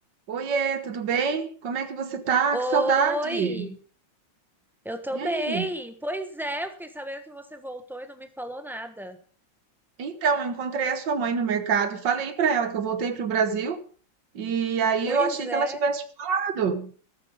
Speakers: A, on the right; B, in the centre.
A: Oiê, tudo bem? Como é que você tá? Que
B: Oi,
A: saudade!
B: eu tô
A: E
B: bem.
A: aí?
B: Pois é, eu fiquei sabendo que você voltou e não me falou nada.
A: Então, eu encontrei a sua mãe no mercado e falei pra ela que eu voltei pro Brasil e aí
B: Pois
A: eu achei
B: é,
A: que ela tivesse te falado.